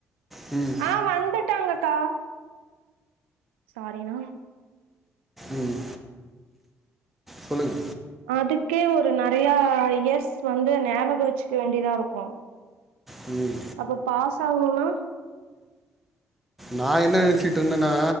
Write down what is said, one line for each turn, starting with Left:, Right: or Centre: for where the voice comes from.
Centre: ம்
Right: ஆ வந்துட்டாங்கக்கா சாரி னா
Centre: ம் சொல்லுங்க
Right: அதுக்கே ஒரு நெறைய இயர்ஸ் வந்து நியாபக வச்சுக்க வேண்டிதா இருக்கு
Centre: ம்
Right: அப்ப பாஸ் ஆவுணுனா
Centre: நா என்ன நெனச்சிட்டு இருந்தன்னா